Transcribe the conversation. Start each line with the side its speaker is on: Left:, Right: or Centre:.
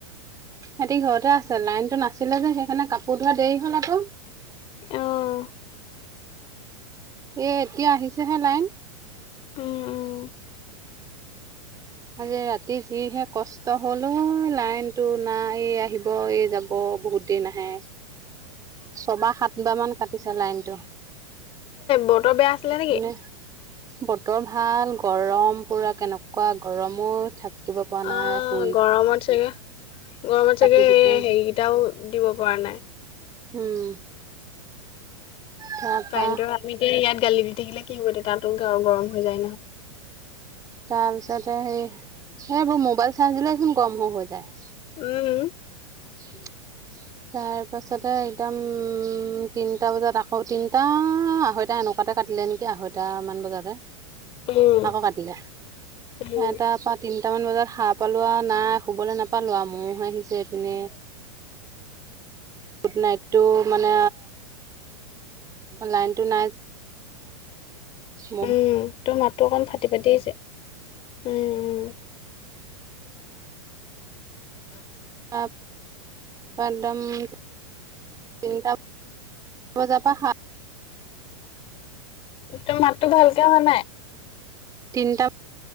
Right: সিহতি ঘৰতে আছে লাইনতটো নাছিলে যে সেইকাৰণে কাপোৰ ধোৱা দেৰি হ'ল আকৌ
Left: আহ,
Right: এ, এতিয়া আহিছেহে লাইন
Left: অ', অ',
Right: আজি ৰাতি যিহে কষ্ট হল লাইন টো নাই এই আহিব এই যাব বহুত দিন আহে ছবা সাতব মান কাটিছে লাইনতটো
Left: বতৰ বেয়া আছিলে নেকি
Right: পিনে বতৰ ভাল গৰম পুৰা কেনেকুৱা গৰমো থাক কিবা পোৱা
Left: অ
Right: নাই শুই
Left: গৰমত চাগে গৰমত চাগে
Right: কাটি
Left: হেৰিকেইটাও
Right: দিছে যে
Left: দিব পৰা নাই
Right: উম তাৰপা
Left: কাৰেণ্টটো আমি এতিয়া ইয়াত গালি দি থাকিলে কি হবয়া তাতো গ গৰম হৈ যায় নহয়
Right: তাৰপিছতে সে এইবোৰ মোবাইল চাৰ্জ দিলেচোন গৰম হৈ, হৈ যায়
Left: উম
Right: উ <unintelligible> তাৰ পাছতে একদম উম তিনটা বজাত আকৌ তিনটা আঢ়ৈটা এনেকুৱা ততে কাটিলে নেকি আঢৈটা মান বজাতে
Left: উম
Right: আকৌ কাটিলে
Left: উম
Right: এটাৰ পৰা তিনি কেইটামান বজাত হাহ পালো নাই শুবলৈ নাপালো ময়ো আহিছেপিনে গুড নাইটটো মানে লাইনতটো নাই ম
Left: উম তোৰ মাতটো অকণ ফাটি ফাটিয়েইছে উম হম <unintelligible>
Right: তাৰ পাৰদাম <unintelligible> তিনিটা বজাপা হা
Left: তোৰ মাতটো ভালকে অহা নাই
Right: তিনিটা